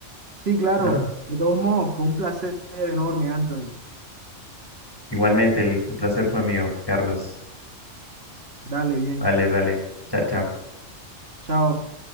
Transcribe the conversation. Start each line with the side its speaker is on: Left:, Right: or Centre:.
Right: Sí, claro.
Left: ¿no?
Right: De todos modos, fue un placer enorme, Anthony.
Left: Igualmente, el el placer fue mío, Carlos.
Right: Dale, bien.
Left: Vale, vale. Chao, chao.
Right: Chao.